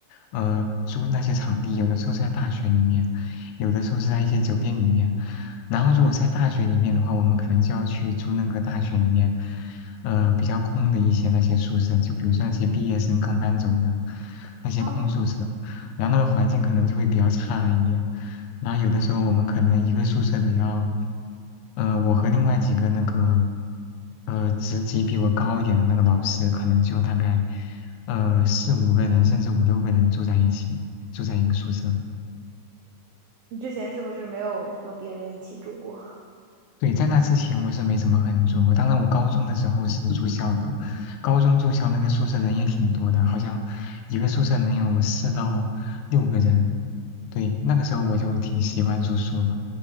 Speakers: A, on the left (about 85°); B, on the right (about 85°).
A: 呃，租那些场地，有的时候是在大学里面，有的时候是在一些酒店里面。然后如果是在大学里面的话，我们可能就要去租那个大学里面，呃，比较空的一些那些宿舍，就比如说那些毕业生刚搬走的那些空宿舍。
B: 啊。
A: 然后那个环境可能就会比较差一点。然后有的时候我们可能一个宿舍得要，呃，我和另外几个那个，呃，职级比我高一点的那个老师，可能就大概，呃，四五个人，甚至五六个人住在一起，住在一个宿舍。
B: 你之前是不是没有和别人一起住过？
A: 对，在那之前我是没怎么和人住过，我当然我高中的时候是住校的，高中住校那个宿舍人也挺多的，好像一个宿舍能有四到六个人。对，那个时候我就挺习惯住宿的，